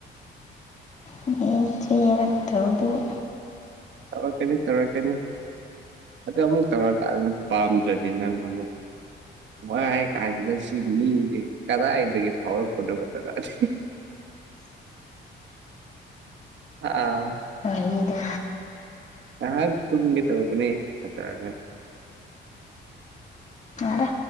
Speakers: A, on the left (about 35°); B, on the right (about 65°).
A: <unintelligible> ꯅꯠꯇꯧꯗꯨ
B: ꯇꯧꯔꯛꯀꯅꯤ ꯇꯧꯔꯛꯀꯅꯤ ꯑꯗꯥ ꯑꯃꯨꯛ ꯇꯧꯔꯛꯀꯥꯟꯗ ꯄꯥꯝꯗ꯭ꯔꯥꯗꯤ ꯅꯪ ꯑꯃꯨꯛ ꯋꯥꯏ ꯀꯥꯟꯖꯤꯗ ꯁꯤ ꯃꯤꯖꯦ ꯀꯗꯥꯏꯗꯒꯤ ꯐꯥꯎꯔꯛꯄꯅꯣ ꯒꯥ ꯇꯧꯔꯛꯑꯅꯤ ꯑꯥ
A: ꯋꯥꯔꯤꯗꯣ
B: ꯉꯍꯥꯛ ꯇꯨꯝꯒꯦ ꯇꯧꯕꯅꯦ ꯀꯇ꯭ꯔꯗ
A: ꯌꯥꯔꯦ